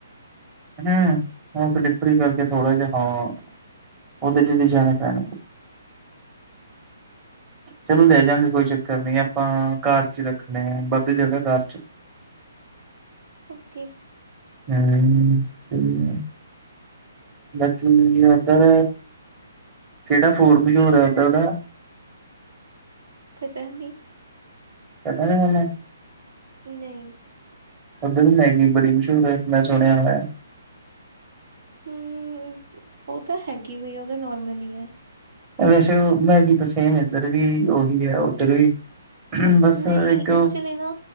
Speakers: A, on the right (about 25°); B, on the right (about 60°).
A: ਹੂੰ, ਉਹ ਸਲਿੱਪਰੀ ਕਰਕੇ ਥੋੜਾ ਜਾ ਹਾਂ ਉਹਦੇ ਚ ਵੀ ਜਾਣੇ ਪੈਣਾ। ਚਲੋ ਲੈ
B: ਹੂੰ
A: ਜਾਗੇ ਕੋਈ ਚੱਕਰ ਨੀ ਆਪਾਂ ਘਰ ਚ ਰੱਖਣੇ ਆ ਵੱਧ ਜਗ੍ਹਾ ਘਰ ਚ
B: ਓਕੇ,
A: ਹੂੰ ਸਹੀ ਆ। ਬਾਕੀ ਇਧਰ, ਕਿਹੜਾ ਫੂਡ ਮਸ਼ਹੂਰ ਐ ਉੱਧਰ ਦਾ?
B: ਪਤਾ ਨੀ।
A: ਪਤਾ ਨੀ ਸੋਨੂੰ?
B: ਨਈ,
A: ਉੱਧਰ ਦੀ ਮੈਗੀ ਬੜੀ ਮਸ਼ਹੂਰ ਐ ਮੈਂ ਸੁਣਿਆ ਹੋਇਆ।
B: ਹੂੰ, ਉਹ ਤਾਂ ਹੈਗੀ ਵੀਈ ਉਹ ਤਾਂ ਨੋਰਮਲ ਈ ਐ।
A: ਵੈਸੇ ਉਹ ਮੈਂ ਵੀ ਤਾਂ ਸੇਮ ਇੱਧਰ ਵੀ ਉਹੀ ਐ ਉੱਧਰ ਵੀ ਬਸ
B: ਨਹੀਂ
A: ਇੱਕ
B: ਐਕਚਲ਼ੀ ਨਾ